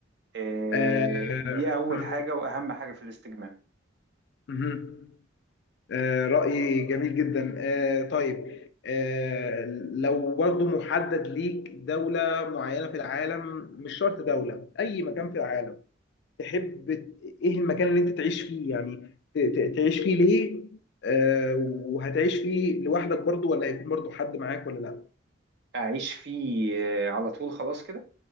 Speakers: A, on the right; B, on the left.
A: آه،
B: آه،
A: دي أول
B: مم.
A: حاجة وأهم حاجة في الاستجمام
B: مهم. آه، رأي جميل جدا آه، طيب آه، لو برضو محدد ليك دولة معينة في العالم مش شرط دولة أي مكان في العالم تحب ت- إيه المكان اللي أنت تعيش فيه يعني ت- ت- تعيش فيه ليه آه، وهتعيش فيه لوحدك برضو ولا هيكون برضو حد معاك ولا لا؟
A: أعيش فيه آه، على طول خلاص كده